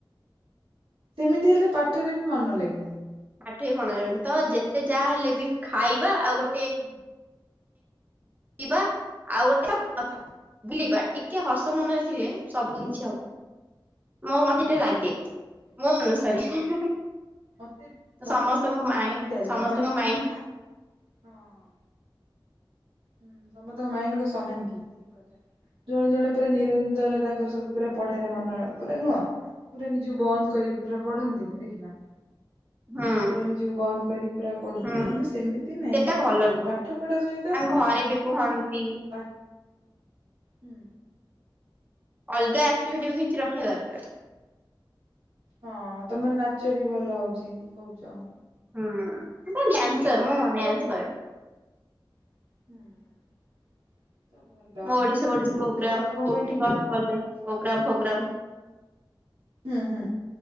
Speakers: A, on the right; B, on the right.
A: ସେମିତି ହେଲେ ପାଠରେ ବି ମନ ଲାଗିବନି।
B: ପାଠ କଣ ଯାଉ ତ ଯେତେ ଯାହା ହେଲେ ବି ଖାଇବା ଆଉ ଗୋଟେ
A: ହୁଁ।
B: କିଂବା ଆଉ ଗୋଟେ <unintelligible> ବୁଲିବା ଟିକେ ହସ ମନରେ ଥିଲେ ସବୁ କିଛି ହବ। ମୁଁ ମତେ
A: ହୁଁ
B: ଟିକେ ଲାଗେ
A: ସେଇଆ।
B: ମୁଁ ଅନୁସାରେ
A: ମତେ ମତେ
B: ସମସ୍ତଙ୍କ
A: ମତେ
B: ମାଇଣ୍ଡ
A: ବି ସେୟ ଲାଗେ
B: ସମସ୍ତଙ୍କ
A: ମାନେ
B: ମାଇଣ୍ଡ
A: ହା ହଁ। ହୁଁ ସମସ୍ତଙ୍କ ମାଇଣ୍ଡ କ ସମାନ କି ଠିକ କଥା। ଜଣେ ଜଣେ ପୁରା ନିରନ୍ତର ତାଙ୍କର ସବୁ ପୁରା ପଢାରେ ମନ ପୁରା ନୁହଁ ପୁରା ନିଜକୁ ବନ୍ଦ କରିକି ପୁରା ପଢନ୍ତିନି ଦେଖିନ।
B: ହୁଁ
A: ପୁରା ନିଜକୁ ବନ୍ଦ କରିିବ ପୁରା ପଢୁଥିବି
B: ହୁଁ
A: କିନ୍ତୁ ସେମିତି ନାହିଁ
B: ସେଟା ଭଲ ନୁହଁ
A: ପାଠ ପଢା ସହିତ
B: ତାଙ୍କ ଘରେ ବି କୁହନ୍ତି
A: ହଁ
B: <inaudible>
A: ପା ହୁଁ
B: ଅଲଗା ଆକ୍ଟିଭିଟି ବି କିଛି ରଖିବା ଦରକାର।
A: ହଁ ତମର ନାଚ ବି ଭଲ ହଉଛି କହୁଚ।
B: ହୁଁ ସେ ଡ୍ୟାନ୍ସର ମୁଁ
A: ଗୁଡାକ
B: ଡାନ୍ସ
A: ର
B: କରେ। <inaudible>
A: ହୁଁ। ତ ଭଲ
B: ମୁଁ ଓଡିଶୀ ଓଡିଶୀ ପ୍ରୋଗ୍ରାମ
A: ତ କଣ
B: କୋଉଠି
A: କହିଲି
B: କଣ ଗଲେ ପ୍ରୋଗ୍ରାମ ଫ୍ରୋଗ୍ରାମ
A: ହୁଁ ହୁଁ